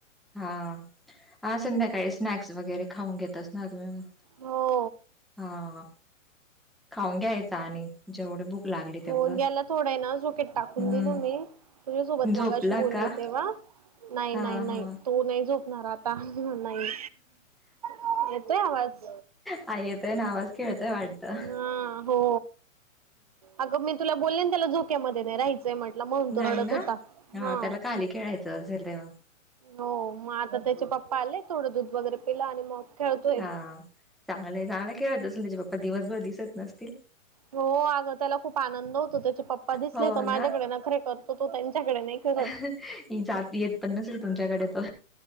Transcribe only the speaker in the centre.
हाा आ संध्याकाळी स्नॅक्स वगैरे खाऊन घेतच ना तुम्ही मग
हा खाऊन घ्यायचा आणि जेवढे भूक लागली तेवढं.
हम्म
झोपला
का?
हा
हा
आ येतोय ना आवाज खेळतोय वाटतं
नाही
ना
खाली खेळाय च झाले तेव्हा
हा चांगलंय चांगला खेळत असल त्याचे पप्पा दिवसभर दिसत नसतील
हो
ना
ही जाती येत पण नसेल तुमच्याकडे तो